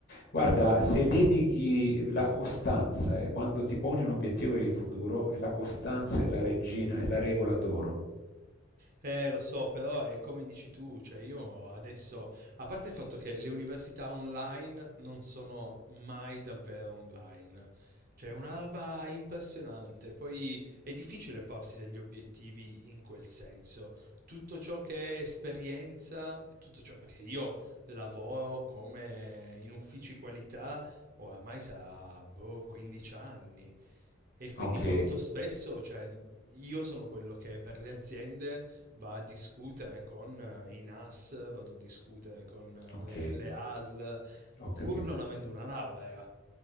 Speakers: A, on the left (about 50°); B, on the right (about 45°).
A: Guarda, se dedichi la costanza e eh, quando ti poni un obiettivo per il futuro, la costanza è la regina, è la regola d'oro.
B: Eh, lo so, però è come dici tu, cioè io adesso, a parte il fatto che le università online non sono mai davvero online, cioè è una roba impressionante, poi è difficile porsi degli obiettivi in quel senso. Tutto ciò che è esperienza, tutto ciò, perché io lavoro come in uffici qualità oramai sarà boh, 15 anni e quindi
A: Ok,
B: molto spesso, cioè, io sono quello che per le aziende va a discutere con eh, i NAS, vado a discutere con eh,
A: ok,
B: le, le ASL,
A: ho capito,
B: pur non avendo una laurea.